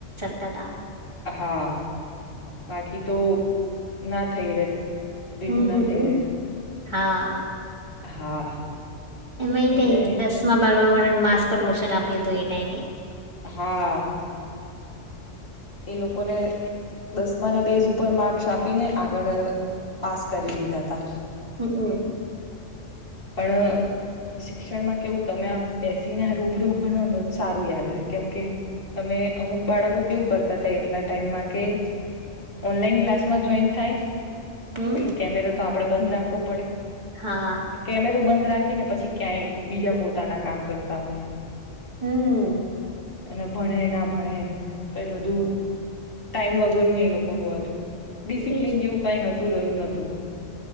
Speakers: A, on the right; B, on the left.
A: તદા
B: હા બાકી તો ના થઈરેત ભેઘુ
A: હમ
B: ના થઈરેત
A: હા
B: હા
A: એમાય
B: એટલે
A: તે દસ માં બાર વાળા માસ પ્રમોશન આપ્યુ હતુ એ ટાઈમે
B: હા એ લોકોને દસમા ના બેઝ ઉપર માર્ક્સ આપીને આગળ પાસ કરી દીધા હતા
A: હમ, હમ
B: પણ શિક્ષણમા કેવુ તમે આમ બેસીને રૂબરૂ ભણો તો જ સારું યાદ રે કેમકે તમે અમુક બાળકો કેવુ કરતા હતા એટલા ટાઈમમા કે ઓનલાઈન ક્લાસમા જોઈન થાય
A: હમ
B: પેલુ કેમેરા તો આપ આપડે બંધ રાખવો પડે
A: હા
B: કેમેરો બંધ રાખી ને પછી ક્યાંય બીજા પોતાના કામ કરતા હોય
A: હમ
B: અને ભણે ના ભણે કઈ બધુ ટાઈમ વગર નુ એ લોકો નું હતુ ડિસિપ્લિન
A: એજ
B: જેવુ કાઈ હતું રહ્યુ નતુ,